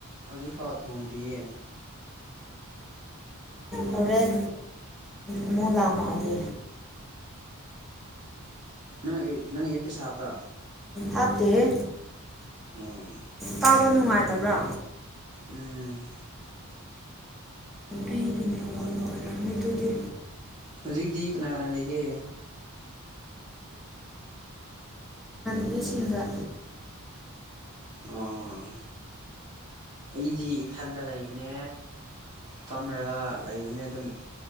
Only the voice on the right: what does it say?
ꯍꯧꯖꯤꯛꯐꯥꯎ ꯊꯣꯡꯗ꯭ꯔꯤꯌꯦ
ꯅꯪ ꯅꯪ ꯏꯌꯔꯄꯤꯁ ꯍꯥꯝꯄ꯭ꯔꯥ
ꯎꯝ
ꯎꯝ
ꯍꯧꯖꯤꯛꯇꯤ ꯀꯅꯥ ꯀꯅꯥ ꯂꯩꯒꯦ
ꯑꯣ ꯑꯩꯗꯤ ꯏꯊꯟꯗ ꯂꯩꯕꯅꯦ ꯐꯝꯔꯒ ꯂꯩꯕꯅꯦ ꯑꯗꯨꯝ